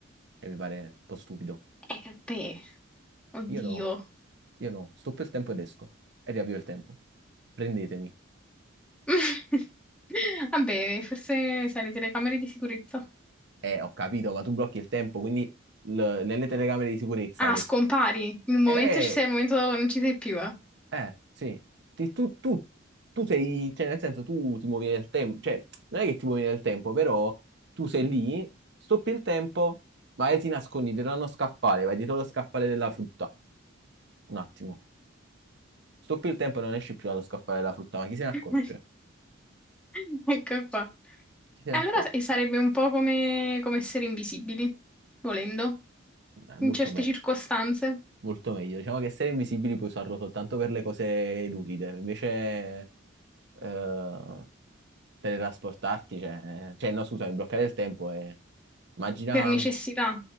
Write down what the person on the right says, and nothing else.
e mi pare un po' stupido.
Io no. Io no, stoppo il tempo ed esco e riavvio il tempo. Prendetemi.
Eh, ho capito, ma tu blocchi il tempo, quindi l- nelle telecamere di sicurezza
che...
s-
Eh,
eh, sì. Ti- tu, tu- tu sei, cioè nel senso tu ti muovi nel tempo, cioè non è che ti muovi nel tempo, però tu sei lì, stoppi il tempo, magari ti nascondi dietro a uno scaffale, vai dietro lo scaffale della frutta. Un attimo. Stoppi il tempo e non esci più dallo scaffale della frutta, ma chi se ne accorge?
Chi se
ne accorge?
Eh,
molto
me.
Molto meglio. Diciamo che essere invisibili puoi usarlo soltanto per le cose luride, invece eh, teletrasportarti, cioè, cioè no, scusami, bloccare il tempo e immagina,